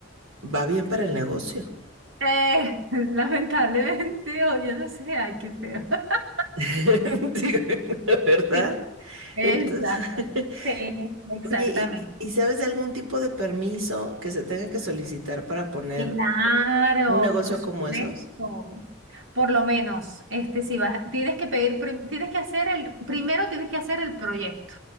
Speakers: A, on the right; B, on the right.
A: va bien para el negocio.
B: Eh, <laughs> lamentablemente, o yo no sé, ay, qué feo. <laughs>
A: <laughs> Digo, la ¿verdad?
B: Sí, exacto.
A: Entonces, <laughs>
B: Sí, exactamente.
A: oye, ¿y, y- y sabes de algún tipo de permiso que se tenga que solicitar para poner
B: Claro,
A: un negocio
B: por supuesto.
A: como esos?
B: Por lo menos, este, si vas, tienes que pedir, prim- tienes que hacer el, primero tienes que hacer el proyecto,